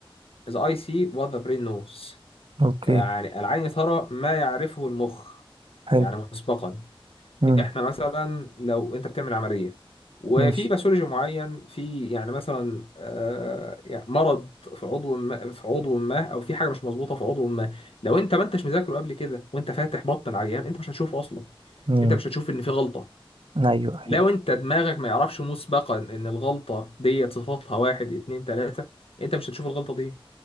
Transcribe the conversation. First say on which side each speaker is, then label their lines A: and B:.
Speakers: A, on the left; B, on the right.
A: the eye see what the brain knows
B: اوكي
A: يعني العين ترى ما يعرفه المخ يعني
B: حلو
A: مسبقا
B: امم
A: احنا مثلا لو انت بتعمل عمليه وفي
B: ماشي
A: باثولوجي معين في يعني مثلا آه، يعني مرض في عضو ما في عضو ما او في حاجه مش مظبوطه في عضو ما لو انت ما انتش مذاكره قبل كده وانت فاتح بطن العيان انت مش هتشوفه اصلا
B: امم
A: انت مش هتشوف ان في غلطه
B: ايوه ايوه
A: لو انت دماغك ما يعرفش مسبقا ان الغلطه ديت صفاتها واحد اتنين تلاته انت مش هتشوف الغلطه دي